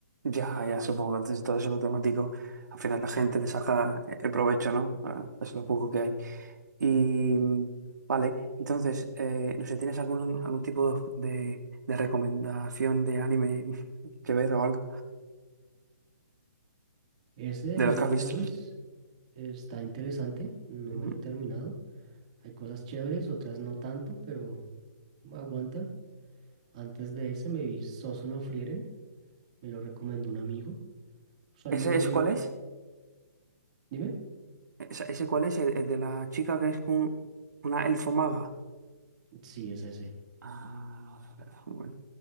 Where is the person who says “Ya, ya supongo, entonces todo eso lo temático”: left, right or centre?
Right